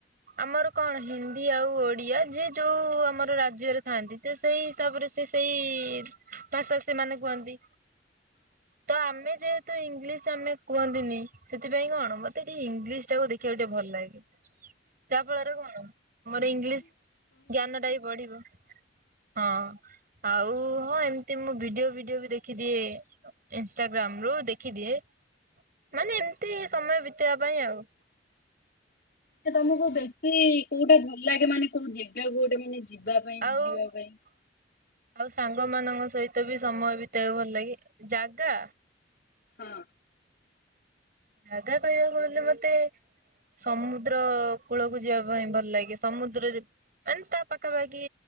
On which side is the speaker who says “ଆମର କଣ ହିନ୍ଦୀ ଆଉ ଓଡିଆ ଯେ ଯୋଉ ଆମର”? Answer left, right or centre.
Right